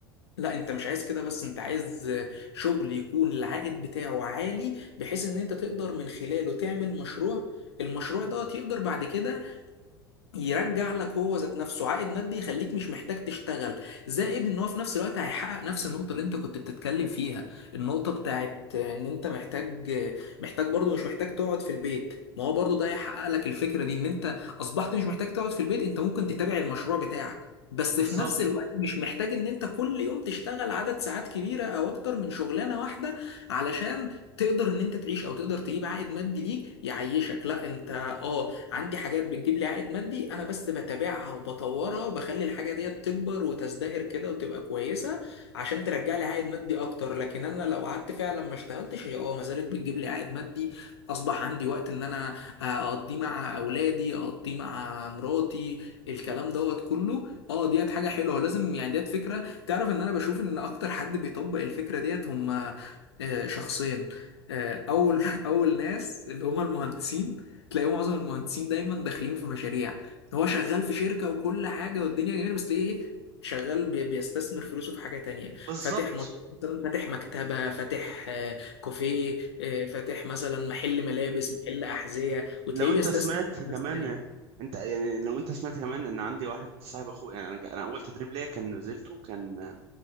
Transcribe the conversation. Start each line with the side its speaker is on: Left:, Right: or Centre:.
Left: لا انت مش عايز كده بس انت عايز شغل يكون العائد بتاعه عالي بحيث ان انت تقدر من خلاله تعمل مشروع المشروع ده يقدر بعد كده يرجع لك هو ذات نفسه عائد مادي يخليك مش محتاج تشتغل زائد ان هو في نفس الوقت هيحقق نفس النقطة اللي انت كنت بتتكلم فيها النقطة بتاعت ان انت محتاج محتاج برضو مش محتاج تقعد في البيت ما هو برضو ده هيحقق لك الفكرة دي ان انت اصبحت مش محتاج تقعد في البيت انت ممكن تتابع المشروع بتاعك بس
Right: بالظبط
Left: في نفس الوقت مش محتاج ان انت كل يوم تشتغل عدد ساعات كبيرة او اكتر من شغلانة واحدة علشان تقدر ان انت تعيش او تقدر تجيب عائد مادي ليك يعيشك لا انت اه عندي حاجات بتجيب لي عائد مادي انا بس بتابعها وبطورها وبخلي الحاجه ديت تكبر وتزدهر كده وتبقى كويسه عشان ترجع لي عائد مادي اكتر لكن انا لو قعدت فعلا ما اشتغلتش هي اه ما زالت بتجيب لي عائد مادي اصبح عندي وقت ان انا آه، اقضيه مع اولادي اقضيه مع مراتي الكلام دوت كله اه ديت حاجه حلوه لازم يعني ديت فكره تعرف ان انا بشوف ان اكتر حد بيطبق الفكره ديت هم آه، شخصين آه، اول <laughs> اول ناس اللي هم المهندسين تلاقيه معظم المهندسين دايما داخلين في مشاريع هو شغال في شركة وكل حاجة والدنيا جميلة بس ليه ايه شغال بي- بيستثمر فلوسه في حاجة تانية
Right: بالظبط
Left: فاتح مشروع مثلا فاتح مكتبة فاتح آه، كافيه آه، فاتح مثلا محل ملابس محل أحذية وتلاقيه
Right: لو انت
Left: بيستثمر
Right: سمعت كمان
Left: في ناس تانية
Right: انت يعني لو انت سمعت كمان ان عندي واحد صاحب اخويا يعني انا جا- انا اول تدريب ليا كان نزلته كان